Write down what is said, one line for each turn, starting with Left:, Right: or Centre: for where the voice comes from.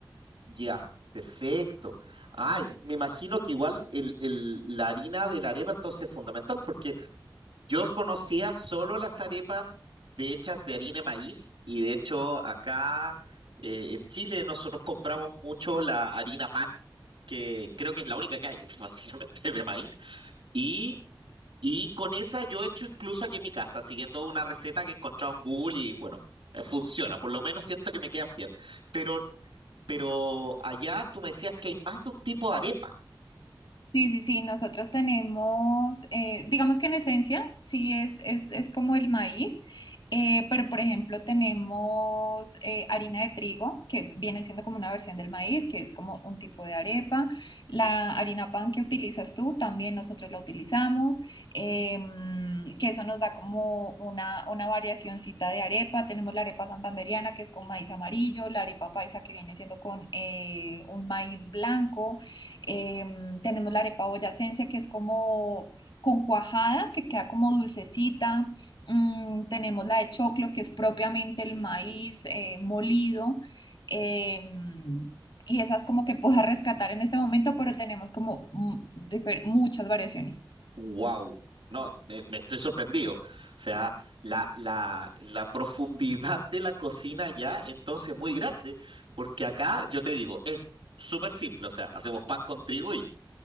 Right: ya, perfecto. Ay, me imagino que igual el, el- la harina de la arepa entonces es fundamental, porque yo conocía solo las arepas de hechas de harina de maíz y de hecho acá eh, en Chile nosotros compramos mucho la harina pan, que creo que es la única que hay, <laughs> básicamente de maíz. Y Y con esa yo he hecho incluso aquí en mi casa, siguiendo una receta que he encontrado en Google y bueno, eh, funciona. Por lo menos siento que me quedan bien. Pero, pero allá tú me decías que hay más de un tipo de arepa.
Left: Sí, sí, sí, nosotros tenemos, eh, digamos que en esencia, sí es, es, es como el maíz, eh, pero por ejemplo tenemos eh, harina de trigo, que viene siendo como una versión del maíz, que es como un tipo de arepa. La harina pan que utilizas tú, también nosotros la utilizamos, em, que eso nos da como una, una variacioncita de arepa. Tenemos la arepa santandereana, que es con maíz amarillo, la arepa paisa, que viene siendo con eh, un maíz blanco. Em, tenemos la arepa boyacense, que es como con cuajada, que queda como dulcecita. Mm, tenemos la de choclo, que es propiamente el maíz eh, molido. Em, y esas como que puedo <laughs> rescatar en este momento, pero tenemos como mm, difer- muchas variaciones.
Right: ¡Wow! No, me, me estoy sorprendido. O sea, la, la, la profundidad de la cocina allá entonces es muy grande. Porque acá, yo te digo, es súper simple. O sea, hacemos pan con trigo y